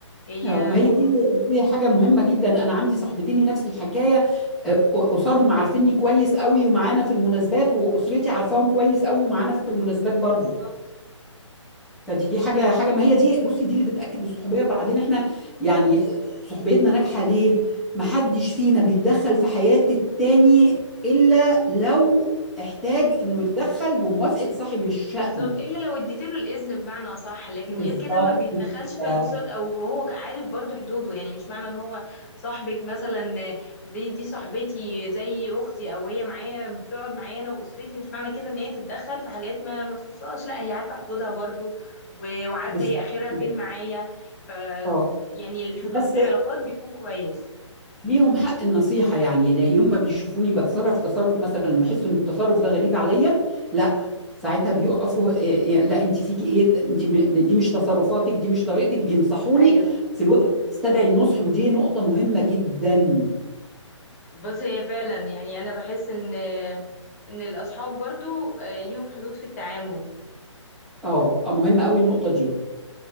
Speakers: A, on the left; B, in the centre.
A: هي
B: اه ما هي دي دي حاجة مهمة جدا أنا عندي صاحبتين نفس الحكاية آه، أسرهم عارفيني كويس قوي ومعانا في المناسبات وأسرتي عارفاهم كويس قوي ومعانا في المناسبات برضو
A: بالظبط
B: فدي حاجة حاجة ما هي دي بصي دي اللي بتأكد الصحوبية وبعدين احنا يعني صحبيتنا ناجحة ليه؟ محدش فينا بيتدخل في حياة التاني إلا لو احتاج إنه يتدخل بموافقة صاحب الشأن
A: بالظبط الا لو اديت له الاذن بمعنى اصح لكن
B: بالظبط
A: غير كده ما بيتدخلش في
B: كده
A: الخصوصيات او هو عارف برضو حدوده يعني مش معنى ان هو صاحبك مثلا دي دي صاحبتي زي اختي او هي معايا بتقعد معايا انا واسرتي مش معنى كده ان هي تتدخل في حاجات ما ما تخصهاش لا هي عارفه حدودها برضو و- وعارفه
B: بالظبط
A: هي اخرها فين
B: كده
A: معايا ف
B: اه
A: يعني الحدود
B: بس
A: في العلاقات بيكون كويس
B: ليهم حق النصيحة يعني لا- يوم ما بيشوفوني بتصرف تصرف مثلا ويحسوا ان التصرف ده غريب عليا لا ساعتها بيقفوا إيه، إيه، لا انت فيكي ايه انت م- دي مش تصرفاتك دي مش طريقتك بينصحوني
A: ايوه
B: في الوقت يستدعي النصح ودي نقطة مهمة جدا
A: بص هي فعلا يعني انا بحس ان ان الاصحاب برضو آه، ليهم حدود في التعامل
B: اه آه، مهمة قوي النقطة دي